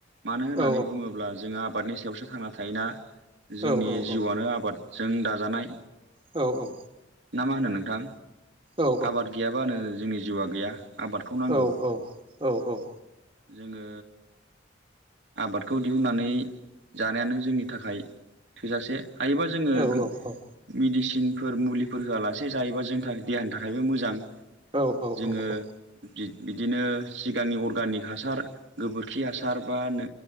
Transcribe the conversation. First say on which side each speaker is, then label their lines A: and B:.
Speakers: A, on the right; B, on the right.
A: मानो होन्नानै
B: औ
A: बुङोब्ला जोङो आबादनि सायावसो थांना थायोना जोंनि
B: औ
A: जिउआनो
B: औ
A: आबादजों दाजानाय
B: औ औ
A: ना मा होनो नोंथां
B: औ
A: आबाद गैयाबानो जोंनि जिउआ गैया आबादखौ नांगौ
B: औ औ औ औ
A: जोङो आबादखौ दिहुननानै जानायानो जोंनि थाखाय थोजासे हायोबा जोङो
B: औ
A: गोद
B: औ औ
A: मेदिसि फोर मुलिफोर होआलासे जायोबा जोंनि थाखाय देहानि थाखायबो मोजां
B: औ औ
A: जोङो
B: औ औ
A: बिदिनो सिगांनि अर्गानिक हासार गोबोरखि हासार बा नो